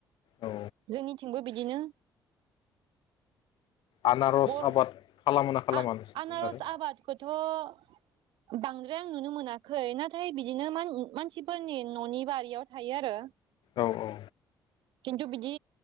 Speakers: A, on the left; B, on the right.
A: औ
B: जोंनिथिंबो बिदिनो
A: आनारस
B: बर-
A: आबाद खालामो ना खालामा
B: आ-आनारस
A: नोंसोरनिथिं आरो
B: आबादखौथ' बांद्राय आं नुनो मोनाखै नाथाय बिदिनो मान-मानसिफोरनि न'नि बारियाव थायो आरो।
A: औ औ।
B: खिन्थु बिदि,